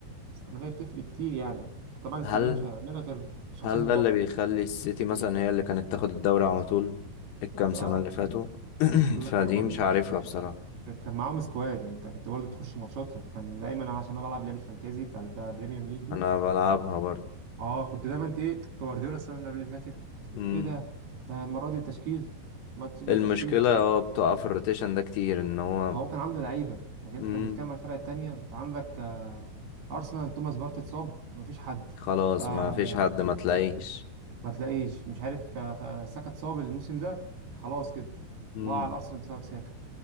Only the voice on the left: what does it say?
هل
هل
ده اللي بيخلي السيتي مثلا هي اللي كانت تاخد الدوري على طول الكام
سنة اللي فاتوا <clears throat>
فدي
مش عارفها بصراحة
انا بلعبها برضه
مم.
المشكلة
هو بتقع في الروتيشن ده كتير ان هو
مم.
خلاص
ما فيش حد ما تلاقيش
مم.